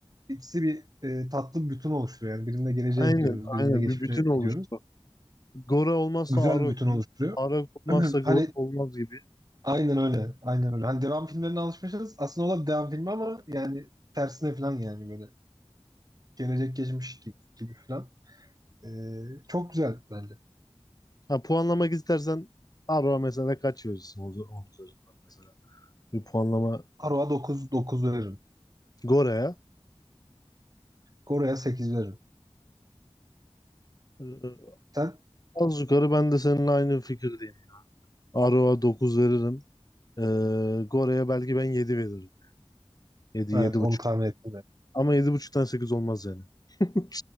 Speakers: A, on the right; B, on the left.
A: ikisi bir e, tatlı bir bütün oluşturuyor. Yani birinde geleceğe
B: Aynen
A: gidiyoruz, birinde
B: aynen
A: geçmişe
B: bir bütün oluştu.
A: gidiyoruz.
B: Gora olmazsa
A: Güzel
B: Arak,
A: bir bütün oluşturuyor.
B: Arak olmazsa
A: <clears throat>
B: Gora
A: Hani
B: olmaz gibi.
A: aynen öyle. Aynen öyle. Hani devam filmlerine alışmışız. Aslında o da bir devam filmi ama yani tersine falan yani böyle. Gelecek geçmiş gibi, gibi falan. E, çok güzel bence.
B: Ha, puanlamak istersen Arak'a mesela kaç verirsin o- onun üzerinden mesela. Bir puanlama
A: Aroa dokuz dokuz veririm.
B: Gora'ya.
A: Gora'ya 8 veririm.
B: Ee,
A: Sen?
B: az yukarı ben de seninle aynı fikirdeyim. Arak'a 9 veririm. Ee, Gora'ya belki ben 7 veririm. Yedi
A: Evet
B: yedi buçuk.
A: onu tahmin ettim ben.
B: Ama yedi buçuktan 8 olmaz yani. <laughs>